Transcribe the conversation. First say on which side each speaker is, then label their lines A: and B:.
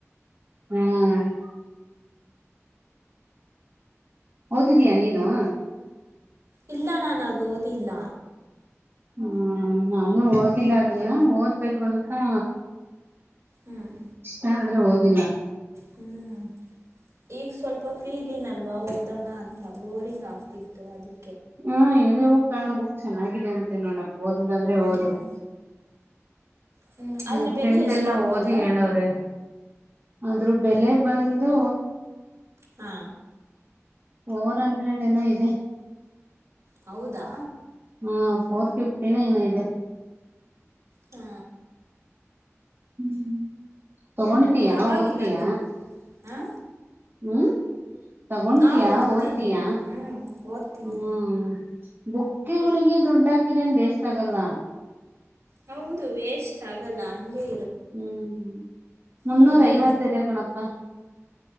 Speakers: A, on the right; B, on the right.
A: ಹ್ಮ್ ಓದಿದಿಯಾ ನೀನು.
B: ಇಲ್ಲ ನಾನು ಅದ್ ಓದಿಲ್ಲ
A: ಹ್ಮ್ ನಾನು ಓದಿಲ್ಲ ಅದುನ್ನ ಓದ್ಬೇಕು ಅನ್ ತಾ
B: ಹ್ಞೂ
A: ತಾಬೆ ಓದಿಲ್ಲ.
B: ಹ್ಮ್ ಈಗ್ ಸ್ವಲ್ಪ ಫ್ರೀ ಇದೀನಲ್ವಾ ಓದೋಣ ಅಂತ ಬೋರಿಂಗ್ ಆಗ್ತಿತ್ತು ಅದಿ
A: ಹಾ ಹೇಳಿ ಹೋಗು ಕಾರಣ ಬುಕ್ ಚೆನ್ನಾಗಿದೆ ಅಂತೆ ನೋಡಪ್ಪ ಓದುದಾದ್ರೆ ಓದು
B: ಹ್ಮ್ ಹ್ಮ್
A: ನನ್
B: ಅದ್ರ
A: ಫ್ರೆಂಡ್
B: ಬೆಲೆ ಎಷ್ಟಾಗ್ಬೋದು
A: ಎಲ್ಲಾ ಓದಿ ಹೇಳವ್ರೆ. ಆದ್ರು ಬೆಲೆ ಬಂದು
B: ಹಾ
A: ಫೋರ್ ಅಂಡ್ರೆಡ್ ಏನೋ ಇದೆ.
B: ಹೌದಾ
A: ಹಾ ಫೋರ್ ಫಿಫ್ಟಿ ನ ಏನೋ ಇದೆ.
B: ಹ್ಮ
A: ಹ್ಮ್ ತಗೊಂತಿಯ
B: ಪರವಾಗಿಲ್ಲ
A: ಓದ್ತಿಯ.
B: ಗಿ ಆ
A: ಹ್ಮ್ ತಗೊಂತಿಯ
B: ಹಾಂ ಓದ್ತೀನಿ
A: ಓದ್ತಿಯ
B: ಹ್ಞೂ ಓದ್ತೀನಿ
A: ಹ್ಮ್. ಬುಕ್ಕಿಗಳಿಗೆ ದುಡ್ಡ ಹಾಕಿರೆನ್ ವೆಸ್ಟ್ ಆಗಲ್ಲ.
B: ಹೌದು ವೇಸ್ಟ್ ಆಗಲ್ಲ ಹಂಗೇ
A: ಹ್ಮ್ ಮುನ್ನೂರ
B: ಹ್ಞೂ
A: ಐವತ್ತಿದೆ ಕಣಪ್ಪಾ